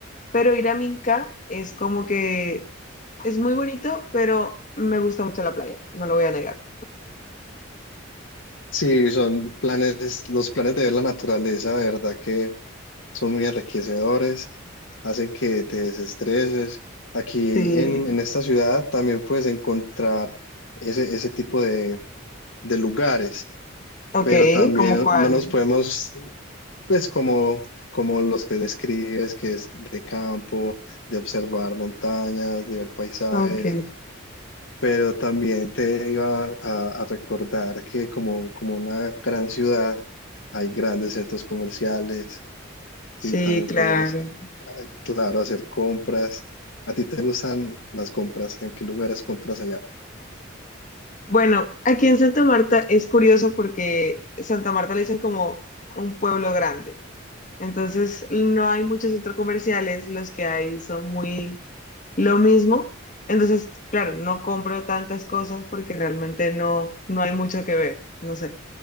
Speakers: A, on the left (about 40°); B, on the left (about 65°).
A: Pero ir a Minca es como que es muy bonito, pero me gusta mucho la playa, no lo voy a negar.
B: sí, son planes, los planes de ver la naturaleza, de verdad que son muy enriquecedores, hacen que te desestreses. Aquí
A: Sí,
B: en, en esta ciudad también puedes encontrar ese, ese tipo de, de lugares
A: ok,
B: pero también
A: ¿como cuáles?
B: no nos podemos, pues como, como los que describes, que es de campo, de observar montañas, de ver paisajes,
A: Ok.
B: pero también te iba a, a recordar que como, como una gran ciudad hay grandes centros comerciales, sí,
A: Sí,
B: también
A: claro.
B: puedes, claro, hacer compras. ¿A ti te gustan las compras? ¿En qué lugares compras allá?
A: Bueno, aquí en Santa Marta es curioso porque Santa Marta le dicen como un pueblo grande. Entonces no hay muchos centros comerciales, los que hay son muy lo mismo. Entonces, claro, no compro tantas cosas porque realmente no, no hay mucho que ver. No sé.